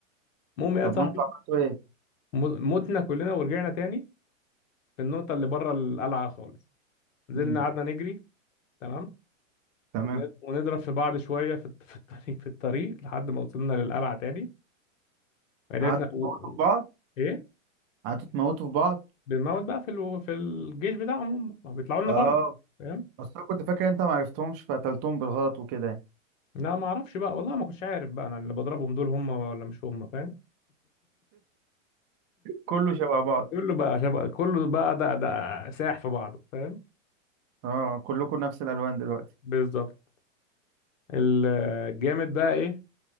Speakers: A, on the left; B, on the right.
A: المهم يا
B: طب
A: صاحبي
B: وانتوا عملتوا ايه
A: م- متنا كلنا ورجعنا تاني في النقطة اللي بره القلعة خالص نزلنا
B: امم
A: قعدنا نجري تمام
B: تمام
A: ون- ونضرب في بعض شوية في الط- في الطريق في الطريق لحد ما وصلنا للقلعة تاني بعدين
B: قعدتوا
A: عرفنا و...
B: تموتوا
A: و-
B: في بعض
A: إيه
B: قعدتوا تموتوا في بعض
A: بنموت بقى في ال... في الجيش بتاعهم هم ما بيطلعوا لنا
B: اه
A: بره فاهم
B: اصل أنا كنت فاكر انت ما عرفتهمش فقتلتهم بالغلط وكده يعني
A: لا ما اعرفش بقى والله ما كنتش عارف بقى انا اللي بضربهم دول هم ولا مش هم فاهم
B: كله شبه بعض
A: كله بقى شبه كله بقى ده ده ساح في بعضه فاهم
B: اه كلكم نفس الالوان دلوقتي
A: بالظبط الجامد بقى ايه